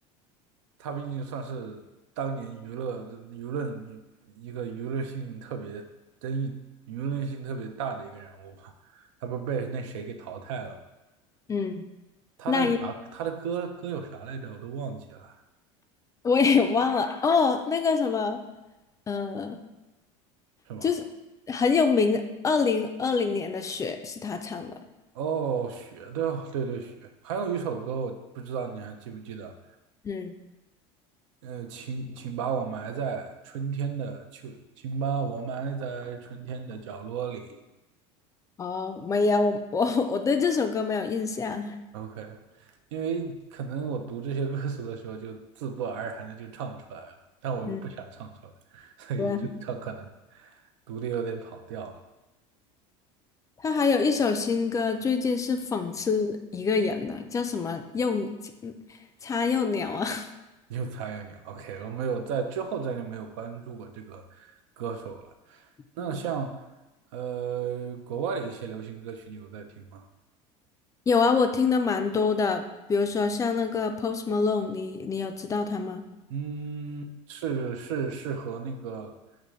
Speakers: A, on the right (about 80°); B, on the left (about 20°).
A: 他毕竟算是当年娱乐舆论一个舆论性特别争议、舆论性特别大的一个人物吧。他不是被那谁给淘汰了吗
B: 嗯，
A: 他的啥？
B: 那一
A: 他的歌歌有啥来着？我都忘记了，
B: 我也 <laughs> 忘了哦，那个什么，呃，
A: 是吗？
B: 就是很有名的，二零二零年的雪是他唱的，
A: 哦，雪，对哦，对对，雪。还有一首歌，我不知道你还记不记得？
B: 嗯，
A: 呃，请请把我埋在春天的秋，请把我埋在春天的角落里。
B: 哦，没有，我我我对这首歌没有印象，
A: OK，因为可能我读这些歌词的时候，就自不而然的就唱出来了，但我又不想唱出来，
B: 嗯，
A: 所以就唱可能
B: 对啊
A: 读的有点跑调。
B: 他还有一首新歌，最近是讽刺一个人呢，叫什么幼嗯叉幼鸟啊？<laughs>
A: <laughs> 有苍蝇你 o k 我没有在之后再就没有关注过这个歌手了。那像
B: 嗯
A: 呃国外的一些流行歌曲，你有在听吗？
B: 有啊，我听的蛮多的，比如说像那个 Post Malone，你你有知道他吗？
A: 嗯，是是是和那个，